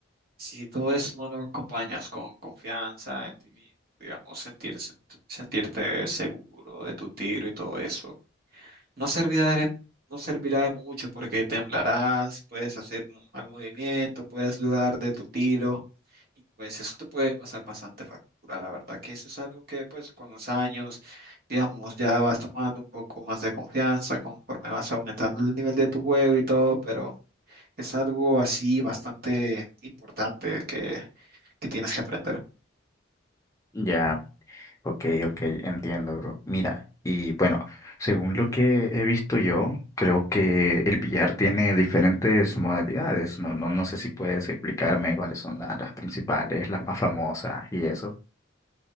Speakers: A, on the right (about 45°); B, on the left (about 15°).
A: si todo eso no lo acompañas con confianza en ti mismo, digamos, sentirse, sentirte seguro de tu tiro y todo eso. No servirá de, no servirá de mucho porque temblarás, puedes hacer un mal movimiento, puedes dudar de tu tiro y pues eso te puede pasar bastante factura. La verdad que eso es algo que pues con los años, digamos, ya vas tomando un poco más de confianza conforme vas aumentando el nivel de tu juego y todo, pero es algo así bastante importante que, que tienes que aprender.
B: ya Ok, ok, entiendo, bro. Mira, y bueno, según lo que he visto yo, creo que el billar tiene diferentes modalidades. No, no, no sé si puedes explicarme cuáles son la- las principales, las más famosas y eso.